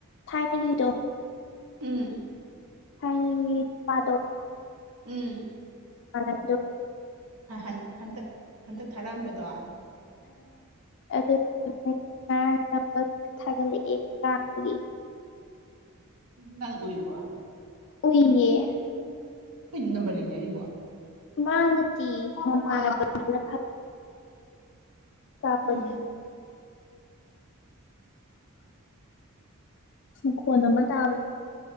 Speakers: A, on the left (about 55°); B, on the right (about 90°).
A: ꯊꯥꯏꯅꯒꯤꯗꯣ
B: ꯎꯝ
A: ꯍꯥꯏ ꯄꯗꯣ
B: ꯎꯝ
A: ꯑꯔꯗ
B: ꯟ ꯍꯟꯇꯛ ꯍꯟꯇꯛ ꯊꯥꯔꯛꯑꯝꯕꯗꯣ
A: ꯑ ꯉꯥꯡ ꯊꯥꯒꯠꯂꯛꯑꯦ
B: ꯅꯪ ꯑꯣꯏꯏꯕ꯭ꯔꯣ
A: ꯑꯣꯏꯏꯌꯦ
B: ꯣꯏ ꯏꯅ ꯄꯜꯂꯤꯦꯔꯤꯔꯤꯕ
A: ꯃꯥꯅꯠꯇ ꯍ ꯃꯥꯅ ꯀꯥꯄꯗꯤ
B: ꯎꯝ
A: ꯃꯈꯣꯟ ꯑꯃ ꯇꯥꯕ